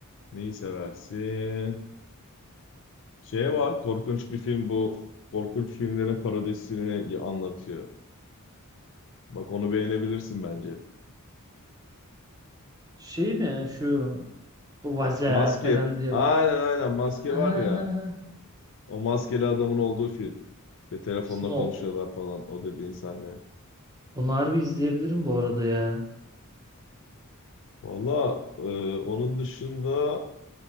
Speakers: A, on the left; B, on the right.
A: neyi seversin? Şey var korkunç bir film bu. Korkunç filmlerin parodisini anlatıyor. Bak onu beğenebilirsin bence.
B: Şey mi ya şu bu vaza
A: Maske.
B: falan diye.
A: Aynen aynen maske var
B: Aha,
A: ya. O maskeli adamın olduğu film. İşte telefonla
B: aslında
A: konuşuyorlar
B: o,
A: falan o dediğin sahne.
B: onu harbi izleyebilirim bu arada ya.
A: Valla e, onun dışında